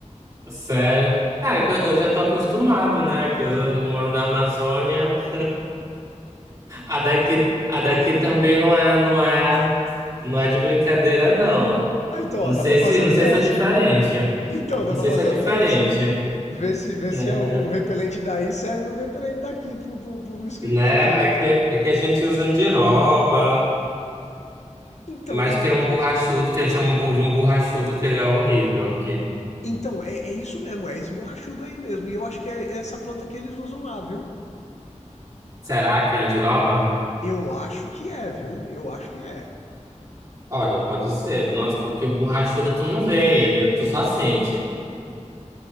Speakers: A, on the right; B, on the left.
A: sério. Cara, que eu, eu já tô acostumado, né? Que eu moro na Amazônia. <laughs> A daqui, a daqui também não é, não é, não é de brincadeira, não.
B: Ah, então, ó,
A: Não
B: dá
A: sei
B: pra fazer
A: se, não
B: o
A: sei
B: teste.
A: se é diferente.
B: Então, dá
A: Não
B: pra
A: sei
B: fazer
A: se é diferente.
B: o teste. Ver se, ver
A: <laughs>
B: se a- o repelente daí serve no repelente daqui, pro, pro, pro mosquito
A: Né?
B: daqui.
A: Aqui, aqui a gente usa andiroba,
B: Então,
A: mas
B: eu
A: tem
B: acho.
A: um borrachudo que a gente chama bu- de um borrachudo que ele é horrível aqui.
B: Então, é, é isso mesmo, é esse borrachudo aí mesmo. E eu acho que é essa planta que eles usam lá, viu?
A: Será que é andiroba?
B: Eu acho que é, viu? Eu acho que é.
A: Olha, pode ser. Nossa, porque o borrachudo tu não vê ele, tu só sente.